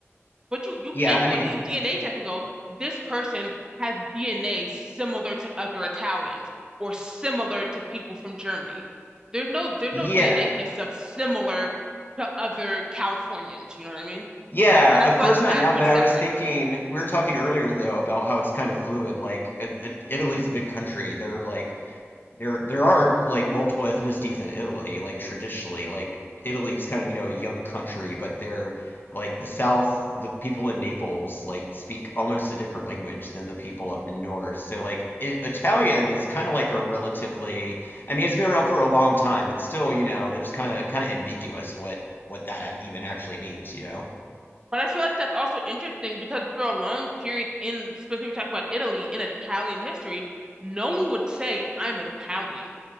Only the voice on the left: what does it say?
yeah,
I mean,
yeah.
Yeah,
of
course
not
now,
but
I was thinking,
we were talking earlier though about how it's kind of fluid. Like it, it, Italy's a big country. There are like there there are like multiple ethnicities in Italy, like traditionally. Like Italy's kind of, you know, a young country, but they're like the South, the people in Naples like speak almost a different language than the people up north. So like I Italian is kind of like a relatively, I mean, it's been around for a long time, but still, you know, there's kind of kind of ambiguous what what that even actually means, you know?